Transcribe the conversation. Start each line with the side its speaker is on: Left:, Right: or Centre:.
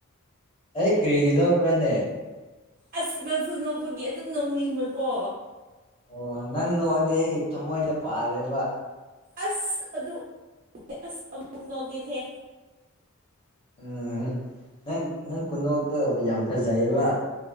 Left: ꯑꯦ ꯀꯔꯤꯒꯤ ꯅꯣꯛꯄ꯭ꯔꯥꯅꯦ
Right: ꯑꯁ ꯅꯪꯁꯨ ꯅꯣꯛꯄꯒꯤ ꯑꯗꯨꯝ ꯅꯣꯡꯅꯤꯡꯕꯀꯣ
Left: ꯑꯣ ꯅꯪ ꯅꯣꯛꯑꯗꯤ ꯑꯩꯒꯤ ꯊꯃꯣꯏꯗ ꯄꯥꯜꯂꯦꯕ
Right: ꯑꯁ ꯑꯗꯨ ꯑꯁ ꯑꯃꯨꯛ ꯅꯣꯛꯒꯤꯍꯦ
Left: ꯎꯝ ꯎꯝ ꯅꯪ ꯅꯪ ꯈꯨꯗꯣꯛꯇꯣ ꯌꯥꯝ ꯐꯖꯩꯌꯦꯕ